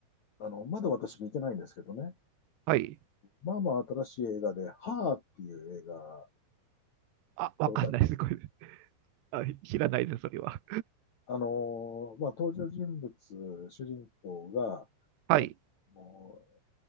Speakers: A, on the left (about 40°); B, on the right (about 70°).
A: あの、まだ私見てないんですけどね。
B: はい。
A: まあまあ新しい映画で、ハーっていう映画、
B: あ、わかんないです、
A: 見たことあります。
B: これ。はい、知らないです、それは。
A: あのーまあ、登場人物、主人公が、
B: はい。
A: あのー